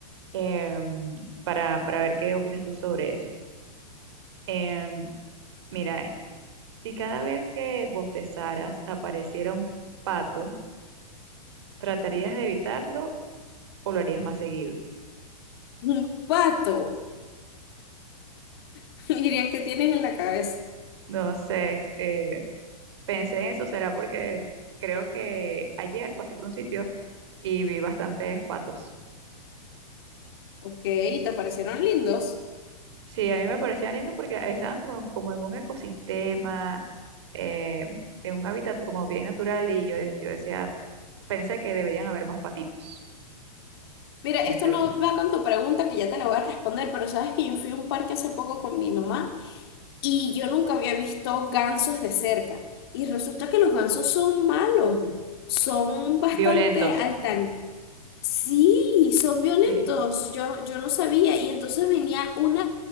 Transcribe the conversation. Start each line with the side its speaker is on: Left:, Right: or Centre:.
Right: em, para, para ver qué opinas tú sobre eso. Em, mira esto. Si cada vez que bostezaras apareciera un pato, ¿tratarías de evitarlo o lo harías más seguido?
Left: Un pato. <laughs> Dirían que tienes en la cabeza.
Right: No sé, eh, Pensé en eso, será porque creo que ayer pasé por un sitio y vi bastantes patos.
Left: Ok, te aparecieron lindos.
Right: Sí, a mí me parecían lindos porque estaban como, como en un ecosistema, eh, en un hábitat como bien natural y yo, de- yo decía, pensé que deberían haber más patitos
Left: Mira,
Right: en
Left: esto
Right: ese
Left: no
Right: lugar.
Left: va con tu pregunta que ya te la voy a responder, pero sabes que yo fui a un parque hace poco con mi mamá y yo nunca había visto gansos de cerca. Y resulta que los gansos son malos, son bastante
Right: Violentos.
Left: altan. Sí, son violentos,
Right: Sí.
Left: yo, yo no sabía. Y entonces venía una